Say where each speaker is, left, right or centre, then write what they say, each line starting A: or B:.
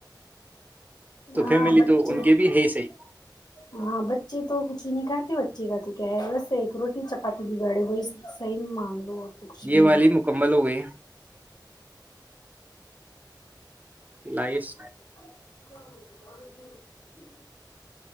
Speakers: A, on the left; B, on the right.
A: ہاں
B: فیملی
A: بچے
B: تو ان کے بھی ہے صحیح
A: ہاں بچے تو کچھ ہی نہیں کاتے بے ا تو کیا ہے بس ایک روٹی چپاتی بگاڑے وہی صحیح مان لو اور تو کچھ بھی
B: یہ والی
A: نہیں
B: مکمل ہو گئی لائس
A: ج <inaudible>